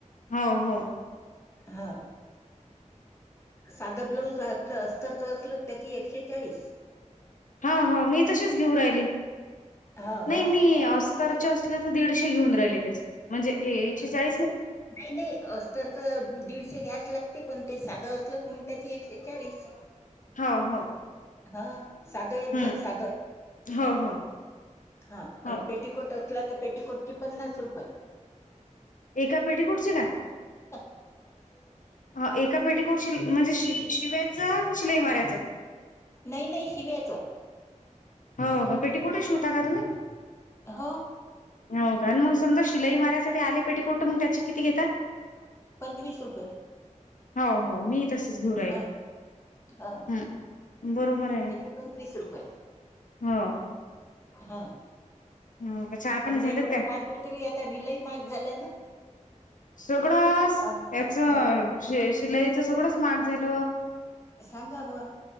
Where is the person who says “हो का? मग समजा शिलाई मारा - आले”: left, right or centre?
Left